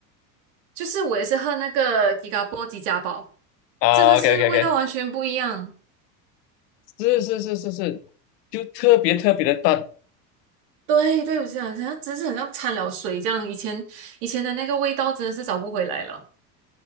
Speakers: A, on the right; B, on the left.
A: 就是我也是喝那个吉嘎波吉家宝，
B: 啊？OK
A: 真的是味道完全不一样。
B: OK OK，是是是是是，就特别特别的淡
A: 对对，我想好像真是很像掺了水这样，以前以前的那个味道真的是找不回来了，